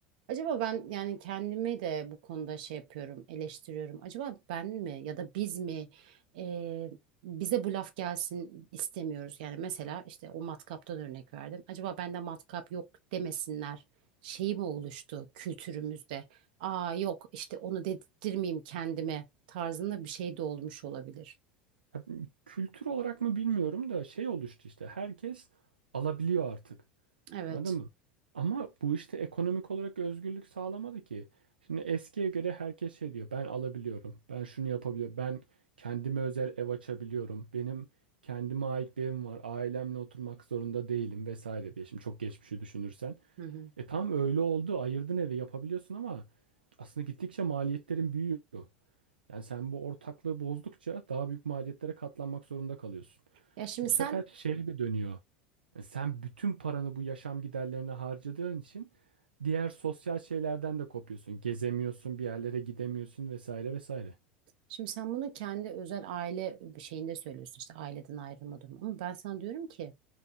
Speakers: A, on the right (about 65°); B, on the right (about 80°).
A: Acaba ben yani kendimi de bu konuda şey yapıyorum, eleştiriyorum. Acaba ben mi ya da biz mi e, bize bu laf gelsin istemiyoruz. Yani mesela işte o matkaptan örnek verdim. Acaba bende matkap yok demesinler. Şeyi mi oluştu kültürümüzde? Aa yok işte onu dedirtmeyeyim kendime tarzında bir şey de olmuş olabilir.
B: Ya Kültür olarak mı bilmiyorum da şey oluştu işte. Herkes alabiliyor artık.
A: Evet.
B: Anladın mı? Ama bu işte ekonomik olarak özgürlük sağlamadı ki. Şimdi eskiye göre herkes şey diyor. Ben alabiliyorum. Ben şunu yapabiliyorum. Ben kendime özel ev açabiliyorum. Benim kendime ait bir evim var. Ailemle oturmak zorunda değilim vesaire diye. Şimdi çok geçmişi düşünürsen.
A: Hı hı.
B: E tam öyle oldu. Ayırdın evi yapabiliyorsun ama aslında gittikçe maliyetlerin büyüyor. Yani sen bu ortaklığı bozdukça daha büyük maliyetlere katlanmak zorunda kalıyorsun.
A: Ya şimdi
B: Bu sefer
A: sen
B: şeye de dönüyor. E, Sen bütün paranı bu yaşam giderlerine harcadığın için diğer sosyal şeylerden de kopuyorsun. Gezemiyorsun, bir yerlere gidemiyorsun vesaire vesaire.
A: şimdi sen bunu kendi özel aile şeyinde söylüyorsun işte aileden ayrılma durumu. Ama ben sana diyorum ki